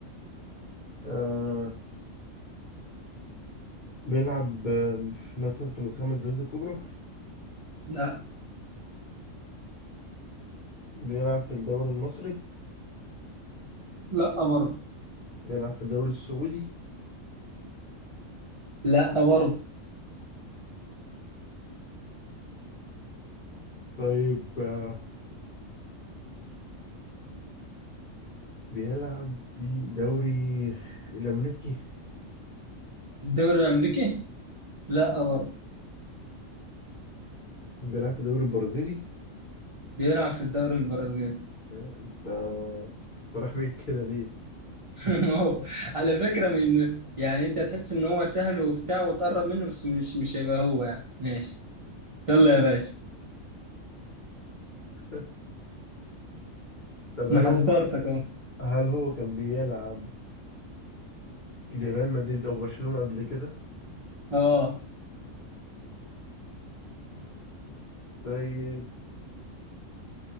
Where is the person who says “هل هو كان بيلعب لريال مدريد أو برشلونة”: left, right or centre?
Left